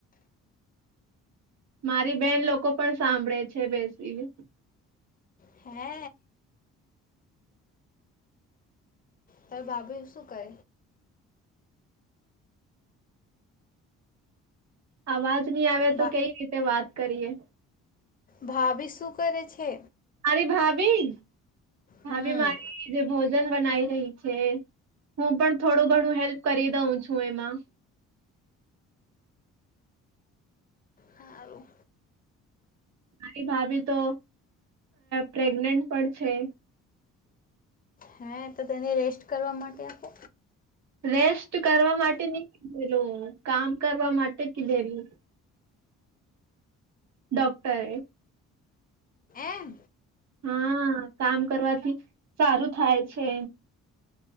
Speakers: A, on the right; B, on the left.
A: મારી બેન લોકો પણ સાંભળે છે બેસી ને
B: હે તાર ભાભી શું કરે
A: આવાજ ની આવે તો
B: ભા
A: કઈ રીતે વાત કરીએ.
B: ભાાભી શું કરે છે?
A: મારી ભાભી
B: હમ
A: ભાભી મારી જે ભોજ બનાઈ રહી છે. હું પણ થોડું ઘણું હેલ્પ કરી દઉં છું એમાં.
B: સારું
A: મારી ભાભી તો પ્રેગ્નેન્ટ પણ છે.
B: હે તો તેને રેસ્ટ કરવા માટે આપો
A: રેસ્ટ કરવા માટે નું કીધેલું કામ કરવા માટે કીધેલું. ડોક્ટરે
B: એમ
A: હા કામ કરવાથી સારું થાય છે.